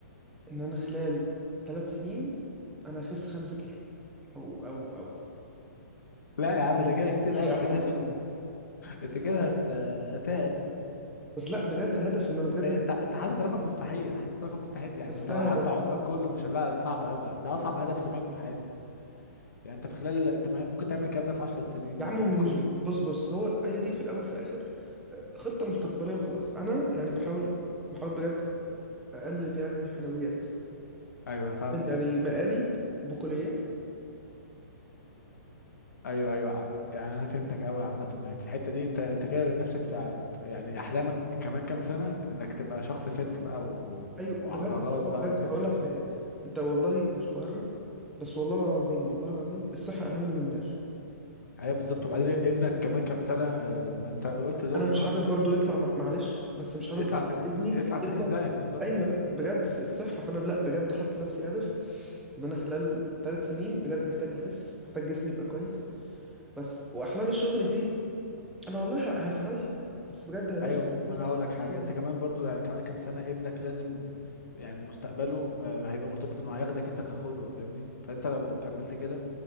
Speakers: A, in the centre; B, on the left.
A: ان انا خلال ثلاث سنين انا اخس خمسة كيلو او او او
B: لا يا عم ده كده كتير
A: شيء
B: قوي
A: يعم
B: انت كده
A: عليا
B: انت كده هت...
A: بس لا بجد هدف ان انا بجد
B: انت انت
A: مركز.
B: حاطط رقم مستحيل حاطط رقم مستحيل يعني
A: بس
B: انت
A: ده
B: لو قعدت
A: هدف
B: عمرك كله مش لا لا صعب قوي ده اصعب هدف سمعته في حياتي يعني انت في خلال انت ممكن تعمل الكلام ده في 10 سنين
A: يا عم هم
B: كل
A: مش بص بص هو هي دي في الاول في الاخر خطة مستقبلية وخلاص انا يعني بحاول بحاول بجد اقلل يعني حلويات
B: ايوه انا فاهمك
A: يعني مقالي وبقوليات
B: ايوه ايوه يعني انا فهمتك قوي عامه يعني في الحته دي انت انت كده نفسك في ع- يعني احلامك كمان كام سنه انك تبقى شخص فت بقى و...
A: ايوه
B: وعضلات
A: بجد اصل هو
B: بقى
A: بجد
B: وكده
A: هقول لك حاجه انت والله مش بهرج بس والله العظيم والله العظيم الصحه اهم من المال
B: ايوه بالظبط وبعدين ابنك كمان كام سنه آه، لما انت قلت دلوقتي
A: انا مش
B: خلاص
A: حابب برضو يطلع مع- معلش بس مش حابب
B: يطلع تخ...
A: ابني
B: يطلع تخين
A: يطلع
B: زيك بالظبط
A: ايوه لا بجد ص- الصحه فانا لا بجد حاطط لنفسي هدف ان انا خلال ثلاث سنين بجد محتاج اخس محتاج جسمي يبقى كويس بس واحلام الشغل دي انا والله ه- هسعى لها بس بجد انا نفسي
B: ايوه
A: إن
B: ما
A: أنا افتح
B: انا هقول
A: المشروع
B: لك حاجه انت
A: ده.
B: كمان برضو يعني كمان كام سنه ابنك لازم يعني مستقبله آه، هيبقى مرتبط انه هياخدك انت كقدوه فاهمني فانت لو كملت كده